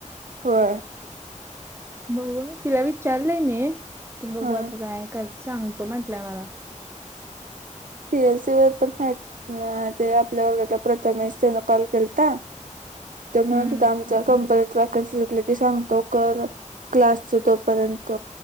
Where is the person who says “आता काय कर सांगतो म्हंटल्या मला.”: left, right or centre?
Right